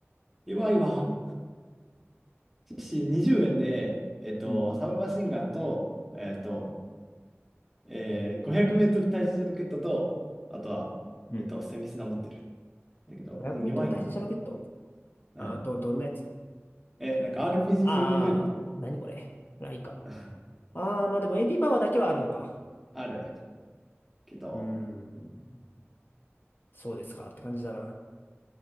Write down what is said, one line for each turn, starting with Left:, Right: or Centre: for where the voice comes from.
Centre: 弱いわ。寿司20円で、えっと、
Left: うん。
Centre: サブマシンガンと、えっと、えー、500メートル対地ロケットと、あとは、
Left: うん。
Centre: えっと、セミスナ持ってる。
Left: うん
Centre: だけど、
Left: 500メートル対戦車ロケット
Centre: うん、弱いな。うん。
Left: あー、ど、どんなやつ
Centre: えーなんか RPG7V
Left: ああー、
Centre: みたい
Left: 何これ。これはいいか。
Centre: な、
Left: ああ、まあでもエーピーパワーだけはあるのか。
Centre: <laughs> ある。けど、
Left: うーん。そうですかって感じだな。